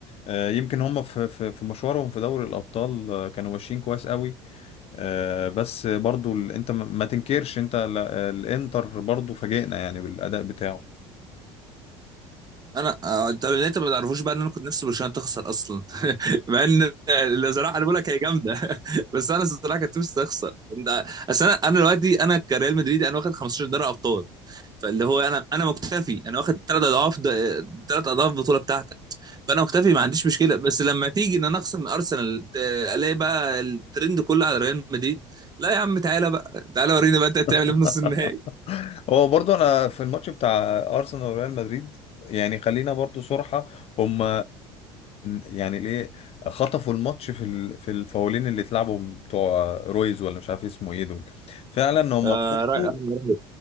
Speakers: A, on the left; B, on the right.
A: آه، يمكن هم في في في مشوارهم في دوري الابطال آه، كانوا ماشيين كويس قوي آه، بس برضو ال- انت ما ما تنكرش انت ال- الانتر برضو فاجئنا يعني بالاداء بتاعه
B: انا آه، طب اللي انت ما تعرفوش بقى ان انا كنت نفسي برشلونه تخسر اصلا <laughs> مع ان اللي زراعه انا بقول لك هي جامده <laughs> بس انا الصراحه كنت نفسي تخسر انت اصل انا انا دلوقتي انا كريال مدريدي انا واخد 15 دوري ابطال فاللي هو انا انا مكتفي انا واخد ثلاث اضعاف ثلاث اضعاف البطوله بتاعتك فانا مكتفي ما عنديش مشكله بس لما تيجي ان انا اخسر من ارسنال ت- الاقي بقى الترند كله على ريال مدريد لا يا عم تعالى بقى تعالى وريني بقى انت هتعمل
A: <laughs>
B: ايه في نص النهائي
A: هو برضو انا في الماتش بتاع ارسنال وريال مدريد يعني خلينا برضو صراحة هم يعني ليه خطفوا الماتش في ال- في الفاولين اللي اتلعبوا بتوع رويز ولا مش عارف اسمه ايه دول فعلا هم
B: آه
A: خطفوا
B: رأي آه، رأي.